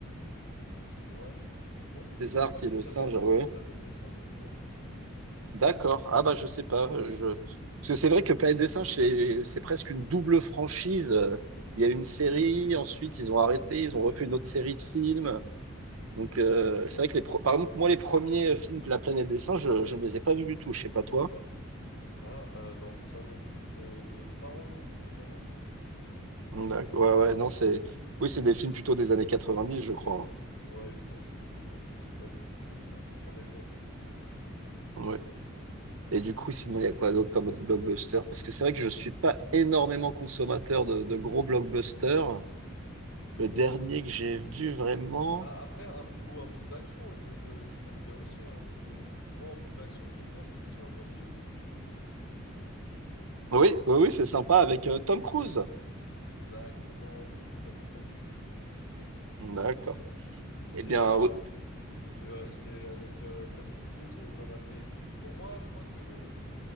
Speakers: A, on the left; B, on the right.
A: ouais, je crois que c'est celui-là.
B: César
A: Mais je crois
B: qui
A: qu'il
B: est le
A: s'appelle
B: singe.
A: juste
B: ouais,
A: euh, Planète des singes tout court.
B: D'accord. Ah bah je sais pas. Je... Parce que c'est vrai que Planète des Singes, c'est c'est presque une double franchise. Euh, Il y a une série, ensuite ils ont arrêté, ils ont refait une autre série de films. Donc euh, c'est vrai que les pro- par exemple moi les premiers films de La Planète des Singes, je, je ne les ai pas vus du tout. Je sais pas toi.
A: Ah, euh, non, ça non plus. Mes, mes parents l'ont vu, mais pas moi.
B: D'accord. Ouais ouais non c'est oui c'est des films plutôt des années quatre-vingt-dix je crois.
A: Ouais, ils sont assez vieux. euh, Ça doit être un truc comme ça, en effet.
B: hein. Ouais. Et du coup
A: Et-
B: sinon il y a quoi d'autre comme autre blockbuster? Parce que c'est vrai que je suis pas énormément consommateur de, de gros blockbusters. Le dernier que j'ai vu vraiment.
A: Bah, après, un, fi- ou un film d'action hein, que te- que t'aimes bien aussi. Hein, c'est... Moi, un film d'action que j'aime bien, c'est Mission Impossible.
B: Oui, oui, oui, c'est sympa avec euh, Tom Cruise.
A: Exactement, c'est tout à fait ça.
B: D'accord.
A: J'ai,
B: Eh bien, oui,
A: j'ai- J'ai- ouais, C'est avec euh, Tom Cruise et il en a fait. Pour moi, je crois que le,